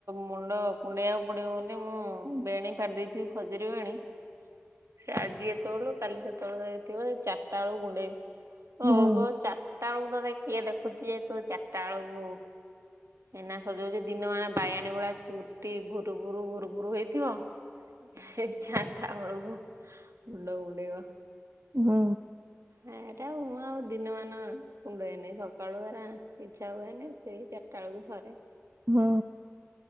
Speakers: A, on the right; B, on the right.
A: ମୁଣ୍ଡ କୁଣ୍ଡେଇବାକୁ ପଡିବ ବୋଲି ମୁଁ ବେଣୀ ପାରି ଦେଇଥିବି ଖଜୁରୀ ବେଣୀ
B: <inaudible>
A: ସେ ଆଜି ଏତେବେଳୁ କାଲି ସେତେ ବେଳୁ ଯାଏ ଥିବ ଏ ଚାରିଟା ବେଳକୁ କୁଣ୍ଡେଇବି। ହଉ
B: ହୁଁ
A: ଗୋ ଚାରିଟା ବେଳକୁ ତତେ କିଏ ଦେଖୁଚି ଯେ ତୁ ଚାରିଟା ବେଳକୁ ଏଇନା ସଜଉଛି ଦିନ ମାନେ ବାୟାଣୀ ଭଳିଆ ଚୁଟି ଭୁରୁ ଭୁରୁ ଭୁରୁ ଭୁରୁ ହେଇଥିବ ସିଏ ଚାରିଟା ବେଳକୁ ମୁଣ୍ଡ କୁଣ୍ଡେଇବ।
B: ହୁଁ।
A: ଏଁ ଏଟା ମୁଁ ଆଉ ଦିନମାନ କୁଣ୍ଡେଇନି ସକାଳୁ ହେରା ଇଛା ହୁଏନି ସେଇ ଚା ଚାଟାଳକୁ ଥରେ।
B: ହୁଁ।